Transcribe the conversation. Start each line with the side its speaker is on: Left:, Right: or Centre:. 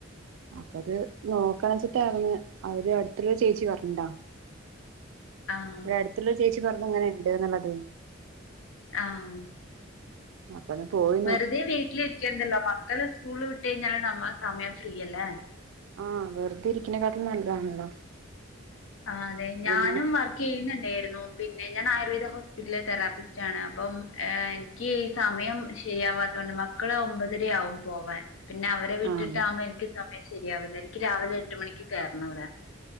Right: അപ്പൊത് നോക്കണച്ചിട്ടാര്ന്ന് അവര് അട്ത്ത്ള്ള ഒര് ചേച്ചി പറ്ഞ്ഞതാ.
Left: ആഹ്.
Right: ഇവ്ടെ അട്ത്ത്ള്ളൊര് ചേച്ചി പർഞ്ഞു ഇങ്ങനെ ണ്ട്ന്ന്ള്ളത്.
Left: ആഹ്.
Right: അപ്പന്ന് പോയ്.
Left: വെറുതെ വീട്ടില്ര്ക്കണ്ടല്ലോ മക്കള് സ്കൂള് വിട്ടഴിഞ്ഞാല് നമ്മളെ സമയം ഫ്രീയല്ലേ.
Right: ആഹ് വെർതെരിക്ക്ണകാട്ട്ലും നല്ലതാണല്ലോ.
Left: ആഹ് അതെ ഞാനും
Right: പിന്നെ
Left: വർ <unintelligible> പിന്നെ ഞാനായൂർവേദ ഹോസ്പിറ്റലിലെ തെറാപ്പിസ്റ്റാണ് അപ്പം ഏ ഇക്കീ സമയം ശെരിയാവാത്തോണ്ട് മക്കള് ഒമ്പതരെയാവും പോവാൻ പിന്നെ അവരെ വിട്ടിട്ടാകുമ്പോ
Right: ആഹ്
Left: എനിക്ക് സമയം ശരിയാവില്ല എനിക്ക് രാവിലെ എട്ട് മണിക്ക് കേറണവ്ടെ.